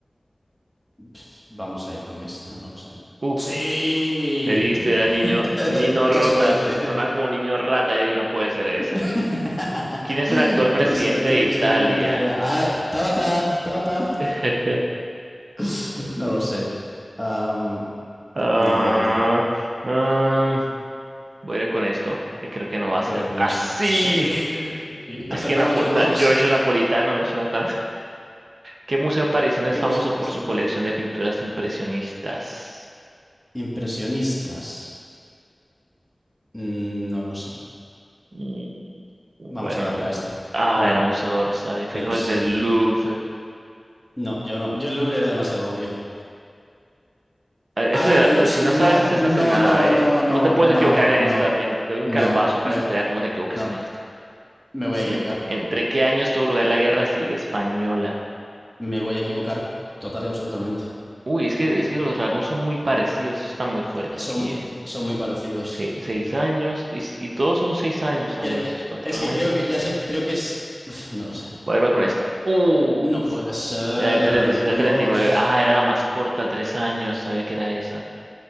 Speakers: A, in the centre; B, on the right.
A: pf, vamos a ir con esta, no lo sé.
B: Uf,
A: Sí,
B: le diste,
A: <laughs>
B: era niño, Nino
A: de pura
B: Rotas.
A: suerte.
B: Sonaba como niño rata. Yo dije, no puede ser esa.
A: <laughs>
B: ¿Quién es
A: ¿Quién
B: el actual presidente
A: es el actual
B: de Italia?
A: presidente de Italia? Ah, Tabata, Tabata.
B: <laughs>
A: <laughs> No lo sé. Am,
B: Ah,
A: ni idea, tío.
B: ah, voy a ir con esto, que creo que no va a
A: Yo
B: ser.
A: voy a ir con
B: ¡Así!
A: este. Sí. <laughs>
B: es
A: Acertamos
B: que Napo-
A: los
B: Na-
A: dos.
B: Giorgio Napolitano no suena tan. ¿Qué museo parisino es
A: ¿Qué
B: famoso
A: hemos parecido?
B: por su colección de pinturas impresionistas?
A: Impresionistas. Mm, No lo sé.
B: Mm, Bueno,
A: Vamos a darle
B: no.
A: a este.
B: Ah,
A: No,
B: era Museo Orsay. Fui
A: el
B: con
A: sí.
B: el del Louvre.
A: No, yo no. Yo el Louvre era demasiado obvio.
B: Ah, Este
A: Ay,
B: de
A: Dios,
B: eh, si no
A: no,
B: sabes esta,
A: no,
B: estás en nada,
A: no,
B: ¿eh?
A: no, no,
B: No te puedes
A: no,
B: equivocar
A: no,
B: en
A: no,
B: esta, men. Te doy un
A: no.
B: calvazo apenas
A: Me,
B: te vea cómo te equivoques
A: no,
B: en esta.
A: me voy a equivocar.
B: Ent- ¿entre qué años tuvo lugar la Guerra Civil Española?
A: Me voy a equivocar total y absolutamente.
B: Uy, es que, es que los rangos son muy parecidos. Eso Está muy fuerte
A: Son,
B: aquí, ¿eh?
A: son muy parecidos.
B: Se- seis años. Y, si- y todos son seis años. Ah,
A: Cre-
B: bueno, estos cuatro
A: es que
B: años.
A: creo que, ya sé, creo que es... Uf, No lo sé.
B: Voy a ver con esta. ¡Uh!
A: No puede ser,
B: Era del 36
A: Dios.
B: al 39. Ah, era la más corta, tres años. Sabía que era esa.